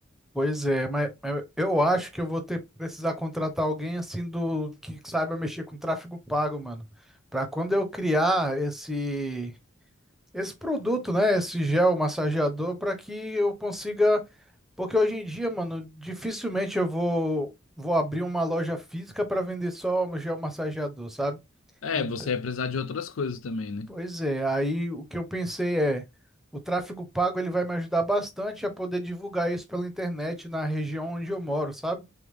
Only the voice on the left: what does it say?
É,
você ia precisar de outras coisas também, né?